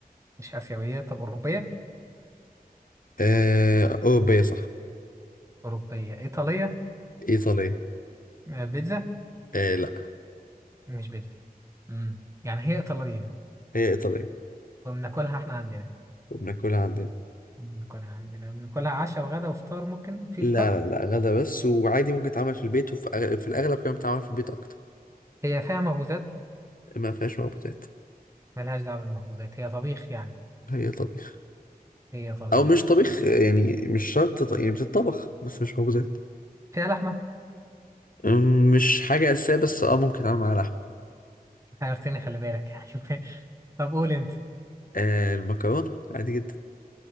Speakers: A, on the right; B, on the left.
A: مش آسيوية طب أوروبية
B: آه أوروبية صح
A: أوروبية إيطالية
B: إيطالية
A: آه، بيتزا
B: آه لا
A: مش بيتزا مم. يعني هي إيطالية
B: هي إيطالية
A: وبناكلها إحنا عندنا
B: وبناكلها عندنا
A: بناكلها عندنا بناكلها عشاء وغدا وفطار ممكن في
B: لا
A: فطار
B: لا لا غدا بس وعادي ممكن تتعمل في البيت وفي أغلب في الأغلب كمان بتتعمل في البيت أكتر
A: هي فيها مخبوزات
B: ما فيهاش مخبوزات
A: ملهاش دعوة بالمخبوزات هي طبيخ يعني
B: هي طبيخ
A: هي طبيخ
B: أو مش طبيخ آه، يعني مش شرط ط- يعني بتطبخ بس مش مخبوزات
A: فيها لحمة
B: أم، مش حاجة أساسية بس اه ممكن تتعمل معاها لحمة
A: حيرتني خلي بالك <laughs> يعني طب قول أنت
B: آه المكرونة عادي جدا